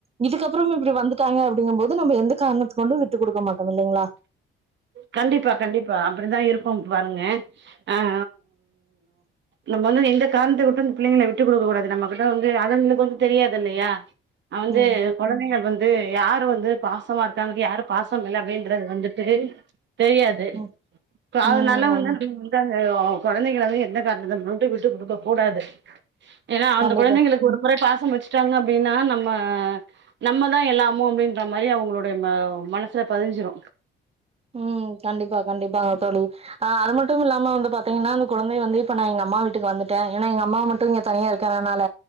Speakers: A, on the right (about 30°); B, on the right (about 65°).
A: இதுக்கப்றம் இப்டி வந்துட்டாங்க அப்டிங்கும்போ து நம்ம எந்த காரணத்து கொண்டு விட்டு குடுக்க மாட்டோ இல்லைங்ளா
B: கண்டிப்பா கண்டிப்பா அப்டிதா இருக்கு பாருங்க அ <unintelligible> நம்ம வந்து எந்த காரணத்த கொண்டு இந்த பிள்ளைங்கள விட்டுக்குடுக்க கூடாது நம்மகிட்ட வந்து அதுங்களுக்கு வந்துட்டு தெரியாது இல்லையா அ வந்து
A: ம்
B: கொழந்தைகள் வந்து யாரு வந்து பாசமா இருக்காங்க யாரு பாசோ இல்ல அப்டின்றது வந்துட்டு தெரியாது
A: ஆ
B: இப்ப
A: ம்
B: அதுனால வந்து
A: ஆமா
B: <unintelligible> தா செய்யு கொழந்தைங்கல வந்து எந்த காரணத்த கொண்டு விட்டு குடுக்க கூடாது ஏனா அந்த
A: கண்டிப்பா
B: கொழந்தைங்களுக்கு ஒரு முறை பாசோ வெச்சுட்டாங்க அப்டின்னா நம்ம நம்மதா எல்லாமோ அப்டின்ற மாரி அவுங்களுடைய மனசுல பதிஞ்சிரு
A: ம் கண்டிப்பா கண்டிப்பா தோழி அ அது மட்டு இல்லாம வந்து பாத்தீங்கன்னா அந்த கொழந்தைய வந்து இப்ப நா எங்க அம்மா வீட்டுக்கு வந்துட்டே ஏனா எங்க அம்மா மட்டு இங்க தனியா இருக் கறனால